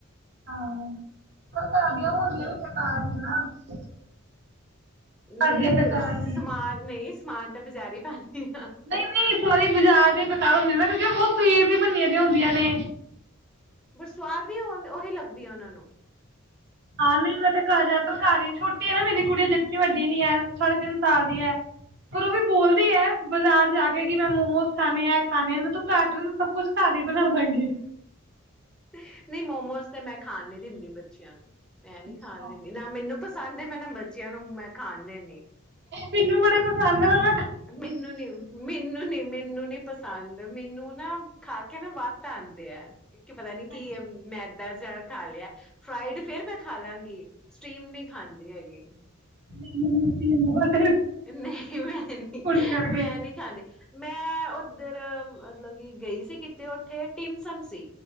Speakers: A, on the right; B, in the centre.
A: ਹਾਂ ਫਕਾ ਗਿਆ ਹੁਣ ਗਿਆ ਵੀ ਫਕਾ ਨਾ <unintelligible>
B: ਨਹੀਂ
A: ਘਰਦੀਆਂ
B: ਬ
A: ਬੇਕਾਰ ਹੁੰਦੀਆਂ
B: ਸਮਾਨ ਨਹੀਂ ਸਮਾਨ ਤਾਂ ਬਜਾਰੀ ਪਾਉਦੀ
A: ਨਹੀਂ ਨਹੀਂ ਇਸ ਵਾਰੀ ਬਾਜ਼ਾਰ ਦੇ ਬੇਕਾਰ ਹੁੰਦੇ ਨਾ ਕਿਉਂਕਿ ਸਈ ਦੀ ਬੰਨੀਆਂ ਵੀ ਹੁੰਦੀਆਂ ਨੇ
B: ਬਟ ਸਵਾਦ ਵੀ ਉਹੀ ਲੱਗਦੀ ਆ ਉਹਨਾਂ ਨੂੰ
A: ਆਾਂ ਨਹੀਂ ਮੈਂ ਤੇ ਘਰ ਜ਼ਿਆਦਾਤਰ ਘਰ ਹੀ ਛੋਟੀ ਹੈ ਨਾ ਮੇਰੀ ਕੁੜੀ ਅਜ ਜਤਨੀ ਵੱਡੀ ਨੀ ਹੈ ਸਾਢੇ ਤਿੰਨ ਸਾਲ ਦੀ ਹੈ ਪਰ ਉਹ ਵੀ ਬੋਲਦੀ ਹੈ ਬਾਜ਼ਾਰ ਜਾ ਕੇ ਕਿ ਮੈਂ ਮੋਮੋਸ ਖਾਣੇ ਆ ਖਾਣੇ ਆ ਮੈਂ ਤੂੰ ਘਰ ਸਭ ਕੁਛ ਘਰ ਹੀ ਬਣਾ ਦਵਾਂਗੀ
B: ਨਹੀਂ ਮੋਮੋਸ ਤੇ ਮੈਂ ਖਾਣ ਨੀ ਦਿੰਦੀ ਬੱਚਿਆਂ ਨੂੰ ਮੈਂ ਨੀ
A: ਅੱਛਾ।
B: ਖਾਣ ਦਿੰਦੀ ਨਾ ਮੈਨੂੰ ਪਸੰਦ ਹੈ ਮੈਂ ਨਾ ਬੱਚਿਆਂ ਨੂੰ ਮੈਂ ਖਾਣ ਦੇ
A: ਮੈਨੂੰ ਬੜੇ ਸਾਮਮੇ ਵੱਲ
B: ਮੈਨੂੰ ਨੀ ਮੈਨੂੰ ਨੀ ਮੈਨੂੰ ਨੀ ਪਸੰਦ <unintelligible> ਮੈਨੂੰ ਨਾ ਖਾ ਕੇ ਨਾ ਵੱਧ ਆਉਂਦੇ ਆ ਕੀ ਪਤਾ ਨੀ
A: ਅੱਛਾ
B: ਕਿ ਮੈ ਘਰ ਜਾ ਖਾ ਲਿਆ ਫਰਾਈਡ ਫੇਿਰ ਮੈਂ ਖਾ ਲਾਂਗੀ ਸਟੀਮ ਨਹੀਂ ਖਾਂਦੀ ਹੈਗੀ
A: ਮੁ ਨ ਬ <inaudible>
B: ਨਹੀਂ ਮੈਂ ਨਹੀਂ
A: ਕਰਕੇ।
B: ਮੈਂ ਨਹੀਂ ਖਾਂਦੀ ਮੈਂ ਉੱਧਰ ਮਤਲਬ ਕਿ ਗਈ ਸੀ ਕਿਤੇ ਉੱਥੇ ਟਿਮਸਮ ਸੀ